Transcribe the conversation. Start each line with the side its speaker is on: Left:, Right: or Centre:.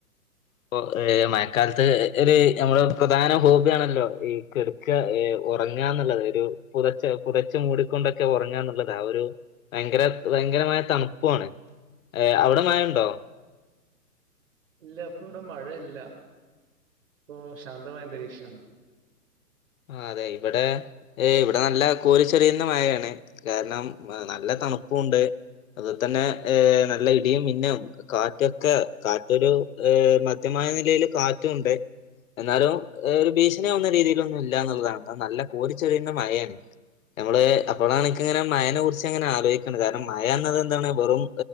Left: ഇപ്പൊ മഴക്കാലത്ത് ഒരു നമ്മുടെ പ്രധാന ഹോബിയാണല്ലോ ഈ കെടുക്ക ഉറങ്ങാന്നുള്ളത് ഒരു പുതച്ച പുതച്ച മൂടിക്കൊണ്ടൊക്കെ ഉറങ്ങാന്നുള്ളത് ആ ഒരു ഭയങ്കര ഭയങ്കരമായ തണുപ്പുമാണ് അവിടെ മഴയുണ്ടോ
Right: <inaudible> ഇല്ല അപ്പൊ ഇവിടെ മഴയില്ല ഇപ്പൊ ശാന്തമായന്തരീക്ഷമാണ്
Left: ആ അതെ ഇവിടെ ഏ ഇവിടെ നല്ല കോരിച്ചെറിയുന്ന മഴയാണ് കാരണം നല്ല തണുപ്പുണ്ട് അതുെ തന്നെ നല്ല ഇടിയും പിന്നും കാറ്റൊക്കെ കാറ്റൊരു മധ്യ നിലൽ കാറ്റും ഉണ്ട് എന്നാലും ഒരു ഭീഷണിവന്ന രീതി ഒന്നും ഇല്ല എന്നുള്ളതാണ് നല്ല കോരി ചെറിയുന്ന മഴയാണ് നമ്മള് അപ്പോഴാണ് എനിക്കിങ്ങനെ മയനെ കുറിച്ച് അങ്ങനെ ആലോചിക്കുന്നത് കാരണം മയ എന്നത് എന്താണ് വെറും